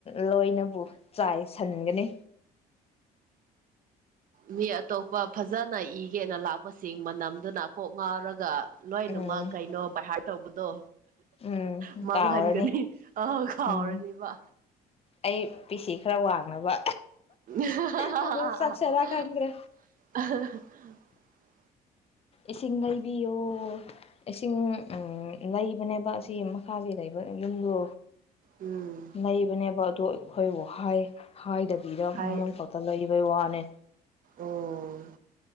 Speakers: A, on the left; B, on the right.
A: ꯂꯣꯏꯅꯕꯨ ꯆꯥꯏ ꯁꯟꯒꯅꯤ
B: ꯃꯤ ꯑꯇꯣꯞꯄ ꯐꯖꯅ ꯏꯒꯦꯅ ꯂꯥꯛꯄꯁꯤꯡ ꯃꯅꯝꯗꯨꯅ ꯀꯣꯛ ꯉꯥꯎꯔꯒ ꯂꯣꯏꯅꯃꯛ
A: ꯎꯝ
B: ꯀꯩꯅꯣ ꯚꯩꯍꯥꯔ ꯇꯧꯕꯗꯣ
A: ꯎꯝ
B: ꯃꯥꯡꯍꯟꯒꯅꯤ
A: ꯇꯥꯎꯔꯅꯤ
B: ꯑꯥ ꯀꯥꯎꯔꯅꯤꯕ
A: ꯎꯝ ꯑꯩ ꯄꯤꯁꯤ ꯈꯔ ꯋꯥꯡꯅꯕ
B: <unintelligible>
A: ꯑꯗꯨ ꯆꯠꯁꯤꯔꯥ ꯈꯪꯗ꯭ꯔꯦ ꯏꯁꯤꯡ ꯂꯩꯕꯤꯌꯣ ꯏꯁꯤꯡ ꯂꯩꯕꯅꯦꯕ ꯑꯁꯤ ꯃꯈꯥꯒꯤ ꯂꯩꯕ ꯌꯨꯝꯗ
B: ꯎꯝ
A: ꯂꯩꯕꯅꯦꯕ ꯑꯗꯨ ꯑꯩꯈꯣꯏꯕꯨ ꯍꯥꯏꯗꯕ ꯗ
B: ꯍꯥꯏ
A: ꯃꯣꯏ ꯐꯛꯇ ꯂꯩꯕꯩ ꯋꯥꯅꯦ
B: ꯑꯣ